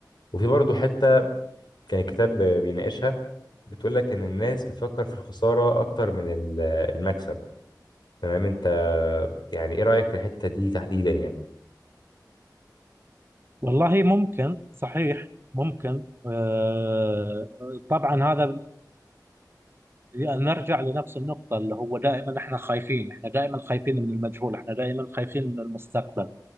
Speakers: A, on the left; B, on the right.
A: وفي برضه حتة كان الكتاب بيناقشها بتقول لك ان الناس بتفكر في الخساره اكتر من ال- المكسب تمام انت يعني ايه رايك في الحته دي تحديدا يعني
B: والله ممكن صحيح ممكن آه، طبعا هذا يعني نرجع لنفس النقطة اللي هو دائما احنا خايفين احنا دائما خايفين من المجهول احنا دائما خايفين من المستقبل